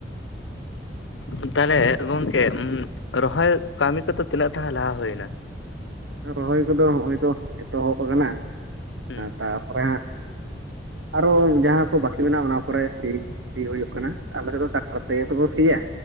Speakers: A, on the left; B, on the right.
A: ᱦᱩᱸ <inaudible> <inaudible> ᱛᱟᱦᱞᱮ ᱜᱚᱝᱠᱮ ᱩᱸ ᱨᱚᱦᱚᱭ ᱠᱟᱹᱢᱤ ᱠᱚᱫᱚ ᱛᱤᱱᱟᱹᱜ ᱴᱟ ᱞᱟᱦᱟ ᱦᱩᱭᱱᱟ?
B: ᱨᱚᱦᱚᱭ ᱠᱚᱫᱚ ᱦᱚᱸᱜᱼᱚᱭ ᱛᱚ ᱮᱛᱚᱦᱚᱵ ᱟᱠᱟᱱᱟ
A: ᱦᱩᱸ
B: ᱛᱟᱯᱚᱨᱮ ᱦᱟᱸᱜ- ᱟᱨᱦᱚᱸ ᱡᱟᱸᱦᱟ ᱠᱚ ᱵᱟᱹᱠᱤ ᱢᱮᱱᱟᱜᱼᱟ ᱚᱱᱟ ᱠᱚᱨᱮ ᱥᱤ ᱥᱤ ᱦᱩᱭᱩᱜ ᱠᱟᱱᱟ ᱟᱞᱮ ᱥᱮᱫ ᱫᱚ ᱴᱟᱠᱴᱟᱨ ᱛᱮᱜᱮ ᱛᱚᱠᱚ ᱥᱤᱭᱟ᱾